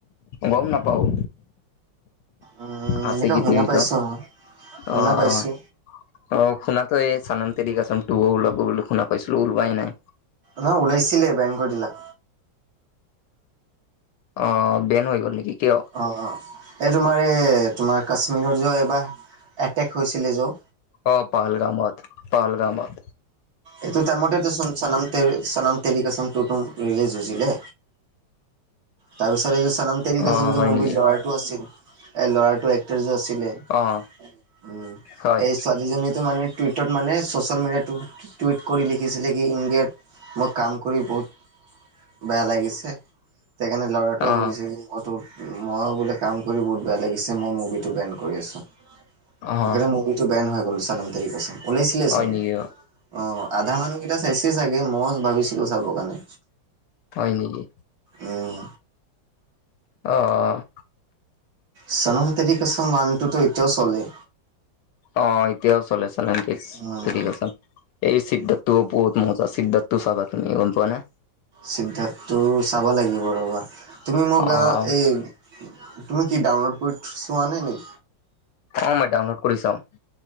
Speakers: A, on the left (about 75°); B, on the right (about 55°).
A: গম নাপাওঁ!
B: উম
A: আচিকি
B: এনেকে শুনা
A: থ্ৰীটো
B: পাইছো মই শুনা
A: অ'
B: পাইছো
A: অ' অ' শুনা ত' এই চনম তেৰি কচম টুও ওলাব বুলি শুনা পাইছিলো, ওলোৱাই নাই।
B: নহয় ওলাইছিলে, বেন কৰি দিলাক।
A: অ' বেন হৈ গ'ল নেকি, কিয়?
B: অ' অ' এই তোমাৰ এই তোমাৰ কাশ্মীৰৰ যে এইবাৰ এটেক হৈছিলে জো।
A: অ' পাহালগামত, পাহালগামত।
B: এইটো টাইমতেতেচোন চনম তেৰি চনম তেৰি কচম টুটো ৰিলিজ হৈছিলে। তাৰ পিছত এই যে চনম তেৰি কচম
A: অ
B: যে
A: হয়
B: মুভিৰ
A: নেকি
B: ল'ৰাটো আছিল এ ল'ৰাটো এক্টাৰ যে আছিলে। উম,
A: অ হয়
B: এই ছোৱালীজনীটো মানে টুইটাৰ মানে চচেল মিডিয়াটো টুইট কৰি লিখিছিলে কি ইণ্ডিয়াত মই কাম কৰি বহুত বেয়া লাগিছে, সেইকাৰণে ল'ৰাটোও
A: অ',
B: কৰিছে। ত' মই বোলে কাম কৰি বহুত বেয়া লাগিছে! মই মুভিটো বেন কৰি আছোঁ।
A: অ',
B: সেইকাৰণে মুভিটো বেন হৈ গল চনম তেৰি কচম, ওলাইছিলেচোন।
A: হয় নেকি
B: অ' আধা মানুহ কেইটা চাইছে চাগে, মই ভাবিছিলো চাবৰ কাৰণে।
A: হয় নিকি?
B: উম,
A: অ', অ'।
B: চনম তেৰি কচম ৱানটোতো এতিয়াও চলে।
A: অ' এতিয়াও চলে চনম <unintelligible>
B: উম,
A: তেৰি কচম। এই সিদ্ধাৰ্থটোও বহুত মজা, সিদ্ধাৰ্থটো চাবা তুমি গম পোৱা নে?
B: সিদ্ধাৰ্থটোও চাবা লাগিব ৰ'বা! তুমি মোক
A: অ',
B: এই তুমি কি ডাউনলোড কৰি চোৱা নাই নি?
A: অ, মই ডাউনলোড কৰি চাওঁ।